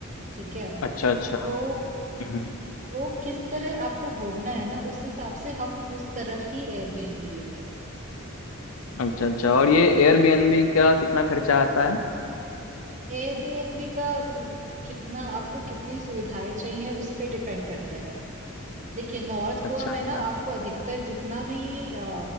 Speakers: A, on the right; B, on the left.
A: ठीक है।
B: अच्छा अच्छा
A: तो
B: हम्म हम्म।
A: वो किस तरह आपको घूमना है ना उस हिसाब से हम उस तरफ ही एयरबीएनबी लेंगे
B: अच्छा अच्छा और ये एयरबीएनबी का कितना खर्चा आता है
A: एयरबीएनबी का कितना आपको कितनी सुविधाएं चाहिए उस पे डिपेंड करता है देखिए नॉर्थ
B: अच्छा
A: गोवा में
B: अच्छा
A: ना आपको अधिकतर जितना भी अ,